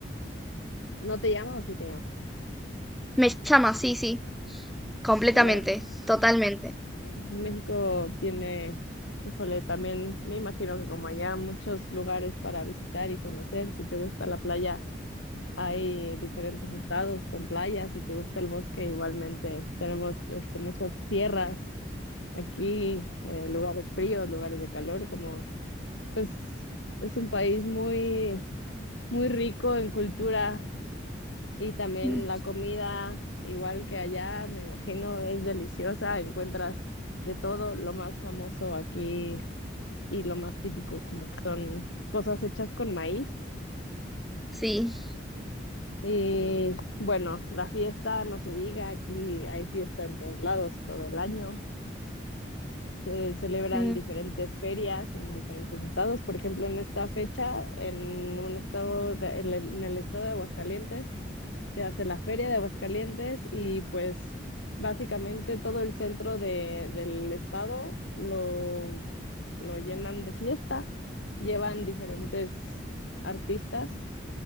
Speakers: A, on the left; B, in the centre.
A: ¿No te llaman o sí te llaman?
B: Me llama, sí, sí. Completamente.
A: La-
B: Totalmente.
A: México tiene, híjole, también me imagino que como allá muchos lugares para visitar y conocer, si te gusta la playa, hay diferentes estados con playas, si te gusta el bosque, igualmente tenemos este, muchas tierras aquí, eh, lugares fríos, lugares de calor, como pues es un país muy, muy rico en cultura Y también
B: Mm,
A: la comida, igual que allá, me imagino, es deliciosa. Encuentras de todo lo más famoso aquí y lo más típico, como que son cosas hechas con maíz.
B: Sí.
A: Y bueno, la fiesta, no se diga, aquí hay fiesta en todos lados todo el año. se celebran
B: Mm,
A: diferentes ferias en diferentes estados. Por ejemplo, en esta fecha, en un estado de- en el, en el estado de Aguascalientes, se hace la Feria de Aguascalientes y pues básicamente todo el centro de, del estado lo, lo llenan de fiesta. Llevan diferentes artistas